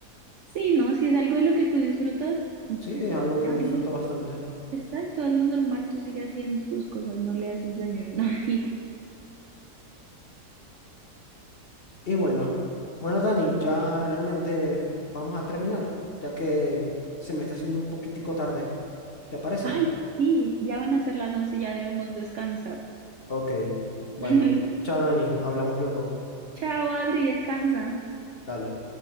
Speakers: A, on the right; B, on the left.
A: Sí, no, si es algo de lo que tú disfrutas,
B: Sí, es algo que
A: hazlo,
B: disfruto bastante.
A: exacto, hazlo normal, tú sigues haciendo tus cosas, no le haces daño a <laughs> nadie.
B: Y bueno, bueno, Dani, ya realmente vamos a terminar, ya que se me está haciendo un poquitico tarde. ¿Te parece?
A: Ay, sí, ya van a ser las once ya debemos descansar.
B: Ok, bueno,
A: <laughs>
B: chao Dani, hablamos luego.
A: Chao, Adri, descansa.
B: Dale.